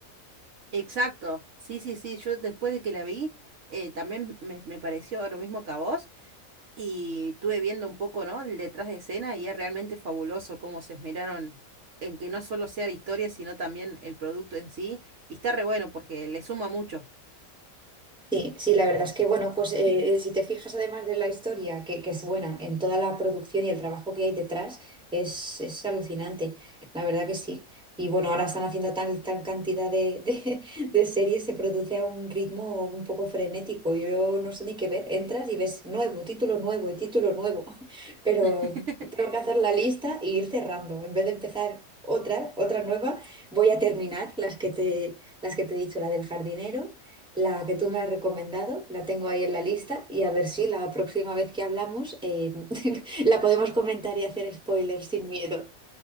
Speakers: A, on the right; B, in the centre.
A: Exacto, sí, sí, sí, yo después de que la vi, eh, también me, me pareció lo mismo que a vos. Y estuve viendo un poco, ¿no? El detrás de escena y es realmente fabuloso cómo se esmeraron en que no solo sea la historia, sino también el producto en sí. Y está re bueno porque le suma mucho.
B: Sí, sí, la verdad es que, bueno, pues eh, si te fijas además de la historia, que, que es buena, en toda la producción y el trabajo que hay detrás, es, es alucinante, la verdad que sí. Y bueno, ahora están haciendo tal, tal cantidad de, de, de series, se produce a un ritmo un poco frenético, yo no sé ni qué ver, entras y ves nuevo, título nuevo y título nuevo, <laughs> pero
A: <laughs>
B: tengo que hacer la lista e ir cerrando, en vez de empezar otra, otra nueva, voy a terminar las que te, las que te he dicho, la del jardinero. La que tú me has recomendado, la tengo ahí en la lista y a ver si la próxima vez que hablamos eh, <laughs> la podemos comentar y hacer spoilers sin miedo.